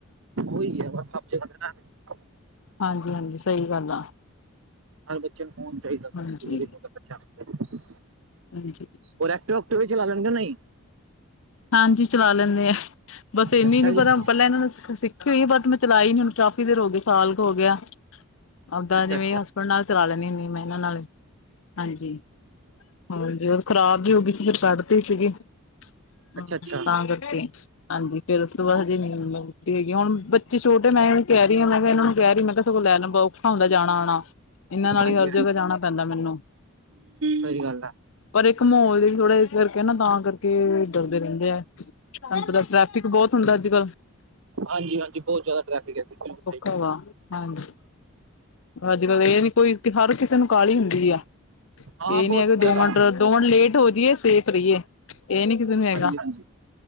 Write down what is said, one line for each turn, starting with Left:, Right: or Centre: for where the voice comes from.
Right: ੳਈ ਐ ਬਸ ਸਭ ਜਗਾ ਤੇ
Left: ਹਾਂਜੀ-ਹਾਂਜੀ, ਸਹੀ ਗੱਲ ਆ।
Right: ਹਰ ਬੱਚੇ ਨੂੰ ਫੋਨ ਚਾਈਦਾ।
Left: ਹਾਂਜੀ
Right: ਫੋਨ ਜ਼ਰੂਰੀ ਹੈਗਾ ਬੱਚੇਆਂ ਵਾਸਤੇ।
Left: ਹਾਂਜੀ।
Right: ਹੋਰ ਐਕਟਿਵਾ-ਊਕੁਟਿਵਾ ਵੀ ਚਲਾ ਲੈਂਦੇ ਨਈਂ।
Left: ਹਾਂਜੀ ਚਲਾ ਲੈਂਣੇ ਏ, ਬਸ ਇਨੀਂ
Right: ਅੱਛਾ
Left: ਨੀਂ
Right: ਜੀ,
Left: ਪਰਾ ਪੈਲਾਂ ਇਨਾਂ ਨ ਸਿ ਸਿੱਖ ਹੋਈ ਬਟ ਮੈਂ ਚਲਾਈ ਨੀਂ ਹੁਣ ਕਾਫ਼ੀ ਦੇਰ ਹੋ ਗੀ ਸਾਲ ਕੁ ਹੋ ਗਿਆ, ਆਪਦਾ
Right: ਅੱਛਾ-ਅੱਛਾ,
Left: ਜਿਵੇਂ ਹਸਬੈਂਡ ਨਾਲ ਚਲਾ ਲੈਣੀ ਹੁੰਨੀ ਮੈਂ ਇਨ੍ਹਾਂ ਨਾਲੇ ਹਾਂਜੀ। ਹੋਰ? ਖ਼ਰਾਬ ਵੀ ਹੋ ਗਈ ਸੀ। ਫਿਰ ਕੜ੍ਹਤੀ ਸੀਗੀ। <unintelligible>
Right: ਅੱਛਾ-ਅੱਛਾ,
Left: ਤਾਂ ਕਰਕੇ, ਹਾਂਜੀ। ਫੇਰ ਉਸ ਤੋਂ ਬਾਅਦ ਹਜੇ ਨੀਂਦ ਹੈਗੀ ਹੁਣ ਬੱਚੇ ਛੋਟੇ, ਮੈਂ ਇਹਨਾਂ ਨੂੰ ਕੈ ਰੀ ਆਂ। ਮੈਂ ਕਿਆ ਇਨ੍ਹਾਂ ਨੂੰ ਕੈ ਰੀ ਮੈਂ ਕਿਆ ਸਗੋਂ ਲੈ ਲਵੋ ਔਖਾ ਹੁੰਦਾ ਜਾਣਾ-ਆਣਾ। ਇਨ੍ਹਾਂ ਨਾਲ
Right: ਹਾਂਜੀ-ਹਾਂਜੀ,
Left: ਹੀ ਹਰ ਜਗ੍ਹਾ ਜਾਣਾ ਪੈਂਦਾ ਮੈਨੂੰ।
Right: ਸਹੀ ਗੱਲ ਆ।
Left: ਪਰ ਇੱਕ ਮਾਹੌਲ ਵੀ ਥੋੜਾ ਇਸ ਕਰਕੇ ਨਾ ਤਾਂ ਕਰਕੇ ਚਲਦੇ ਰਹਿੰਦੇ ਆ, ਤਾਨੂੰ ਪਤਾ ਟ੍ਰੈਫਿਕ ਬੋਤ ਹੁੰਦਾ ਅੱਜ-ਕਲ।
Right: ਹਾਂਜੀ, ਹਾਂਜੀ ਬੋਤ ਜ਼ਿਆਦਾ ਟਰੈਫਿਕ ਐ ਜੀ ਬਿਲਕੁਲ। ਸਹੀ।
Left: ਹੋਵਾ, ਹਾਂਜੀ। ਅੱਜ-ਕਲ ਏ ਨੀਂ ਕੋਈ ਹਰ ਕਿਸੇ ਨੂੰ ਕਾਹਲੀ ਹੁੰਦੀ ਆ,
Right: ਹਾਂ
Left: ਏ
Right: ਬਹੁਤ
Left: ਨੀਂ ਐ ਕਿ
Right: ਜ਼ਿਆਦਾ,
Left: ਦੋ ਮਿੰਟ ਦੋ ਮਿੰਟ ਲੇਟ ਹੋ ਜਈਏ, ਸੇਫ ਰਈਏ। ਏ ਨੀਂ ਕਿਸੇ ਨੂੰ ਹੈਗਾ,
Right: ਹਾਂਜੀ-ਹਾਂਜੀ।